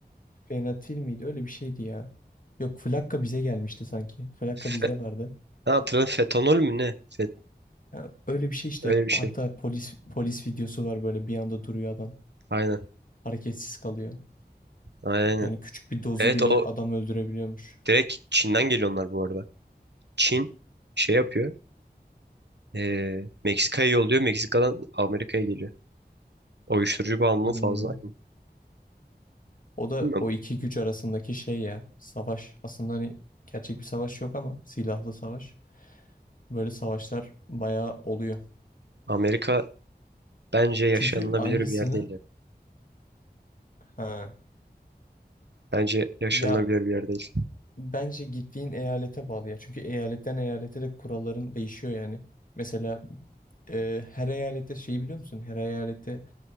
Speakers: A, on the left; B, on the right.
A: Fenatil miydi? Öyle bir şeydi ya. Yok Flakka bize gelmişti sanki. Flakka
B: Fe,
A: bizde vardı.
B: ha, hatırladım fetanol mü ne? Fet,
A: Ya öyle bir şey işte
B: öyle bir şey.
A: hatta polis polis videosu var böyle bir anda duruyor adam.
B: Aynen.
A: Hareketsiz kalıyor.
B: Aynen. aynen.
A: Yani küçük bir dozu
B: Evet
A: bile
B: o
A: adam öldürebiliyormuş.
B: direkt Çin'den geliyor onlar bu arada. Çin şey yapıyor. eee, Meksika'ya yolluyor. Meksika'dan Amerika'ya geliyor. O Uyuşturucu bağımlılığı
A: Hmm.
B: fazla.
A: O da
B: Bilmiyorum.
A: o iki güç arasındaki şey ya savaş. Aslında hani gerçek bir savaş yok ama silahlı savaş. Böyle savaşlar bayağı oluyor.
B: Amerika bence yaşanılabilir
A: Çünkü aynısını
B: bir yer değil ya.
A: ha
B: Bence yaşanılabilir
A: ya
B: bir yer değil.
A: bence gittiğin eyalete bağlı ya. Çünkü eyaletten eyalete de kuralların değişiyor yani. Mesela e, her eyalette şey biliyor musun? Her eyalette